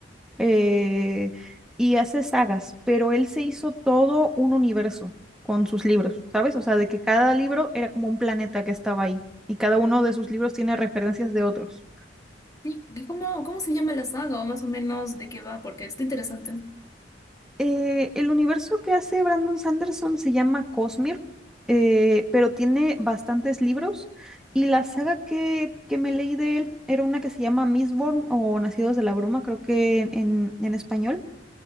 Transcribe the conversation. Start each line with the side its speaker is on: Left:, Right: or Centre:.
Centre: eh, y hace sagas, pero él se hizo todo un universo con sus libros, ¿sabes? O sea, de que cada libro era como un planeta que estaba ahí y cada uno de sus libros tiene referencias de otros.
Left: Sí, ¿y ¿cómo, cómo se llama la saga o más o menos de qué va? Porque está interesante.
Centre: Eh, el universo que hace Brandon Sanderson se llama Cosmere, eh, pero tiene bastantes libros y la saga que, que me leí de él era una que se llama Mistborn o Nacidos de la Bruma, creo que en en- en español